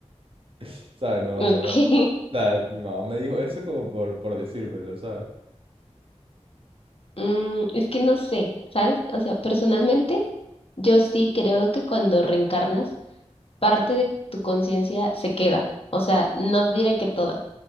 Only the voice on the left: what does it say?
Ok.
<laughs>
Mm, es que no sé, ¿sabes? O sea, personalmente, yo sí creo que cuando reencarnas, parte de tu conciencia se queda. O sea, no diré que toda,